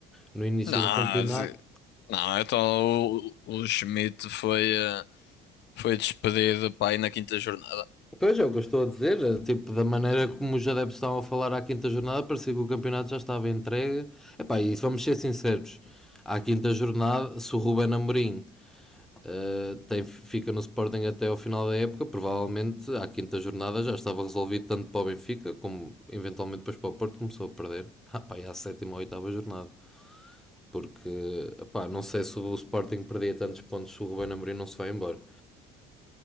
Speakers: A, in the centre; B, on the left (about 55°).
A: no início
B: Não,
A: do campeonato
B: se- não, então o, o Schmidt foi, ah, foi despedido para aí na quinta jornada.
A: Pois é, o que eu estou a dizer, é, tipo, da maneira
B: Não.
A: como os adeptos estavam a falar à quinta jornada, parecia que o campeonato já estava entregue. Epá, e se vamos ser sinceros, à quinta jornada, se o Ruben Amorim eh, tem, fica no Sporting até ao final da época, provavelmente à quinta jornada já estava resolvido tanto para o Benfica, como eventualmente depois para o Porto, começou a perder. <laughs> Ah, pá, e à sétima ou oitava jornada. Porque, epá, não sei se o Sporting perdia tantos pontos se o Ruben Amorim não se vai embora.